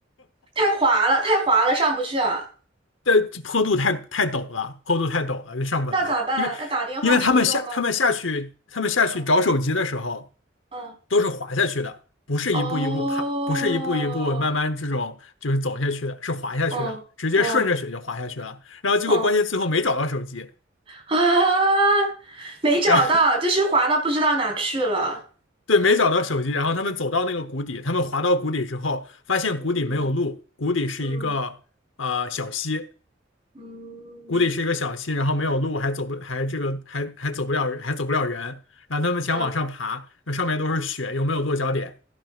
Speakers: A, on the right; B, on the left.
A: 太滑了，太滑了，上不去啊！
B: 这坡度太太陡了，坡度太陡了，就上不来。
A: 那咋办？
B: 因为因为他们下他们下去他们下去找手机的时候，
A: 要打电话求救吗？嗯嗯，
B: 都是滑下去的，不是一步一步爬，
A: 哦，
B: 不是一步一步慢慢这种就是走下去的，是滑下去的，
A: 嗯嗯
B: 直接顺着雪就滑下去了。然后结果关键最后没找到手机，
A: 嗯啊，没找到，
B: 然后
A: 就是滑到不知道哪去了。
B: <laughs> 对没找到手机，然后他们走到那个谷底，他们滑到谷底之后，发现谷底没有路，
A: 嗯
B: 谷底是一个呃小溪，
A: 嗯嗯
B: 谷底是一个小溪，然后没有路，还走不还这个还还走不了还走不了人，然后他们想往上爬，
A: 嗯
B: 那上面都是雪，又没有落脚点。